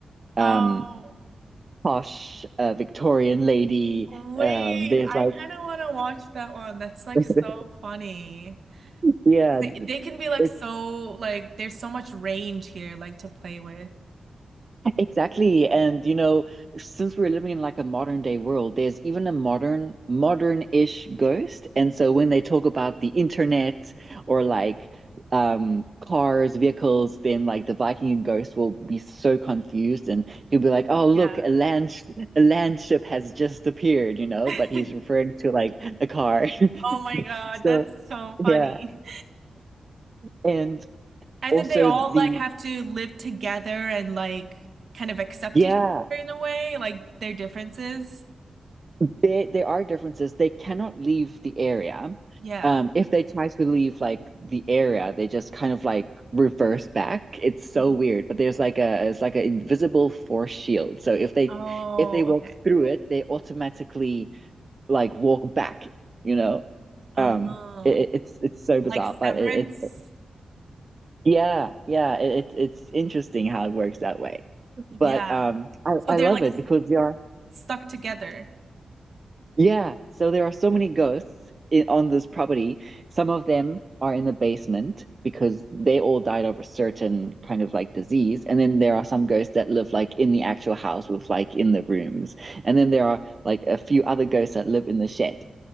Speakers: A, on the right; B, on the right.
A: um
B: Oh,
A: posh uh, Victorian lady.
B: wait.
A: Um, they're
B: I
A: like,
B: kind of want to watch that one. That's like
A: <laughs>
B: so funny.
A: yeah,
B: They, they can be like
A: it's
B: so, like, there's so much range here, like, to play with.
A: exactly. And you know, since we're living in like a modern day world, there's even a modern, modern-ish ghost. And so when they talk about the internet or like um cars, vehicles, then like the Viking ghost will be so confused and he'll be like, "Oh, look,
B: Yeah.
A: a land sh a land ship has just appeared," you know,
B: <laughs>
A: but he's referring to like a car. <laughs>
B: Oh my God.
A: So,
B: That's so funny.
A: yeah. And
B: And
A: also
B: then they all
A: the
B: like have to live together and like kind of accept
A: yeah,
B: each other in a way, like their differences.
A: there there are differences. They cannot leave the area.
B: Yeah.
A: Um, if they try to leave like the area, they just kind of like reverse back. It's so
B: Mhm.
A: weird. But there's like a it's like an invisible force shield. So if they
B: Oh,
A: if they walk
B: okay.
A: through it, they automatically like walk back, you know?
B: Uh-huh.
A: Um it, it- it's it's so
B: Like
A: bizarre, but
B: severance.
A: it, it yeah, yeah, it, it's it's interesting how it works that way.
B: Yeah.
A: But um I,
B: So
A: I
B: they're
A: love
B: like
A: it
B: s-
A: because there are
B: stuck together.
A: Yeah, so there are so many ghosts in, on this property. Some of them are in the basement because they all died of a certain kind of like disease. And then there are some ghosts that live like in the actual house with like in the rooms. And then there are like a few other ghosts that live in the shed.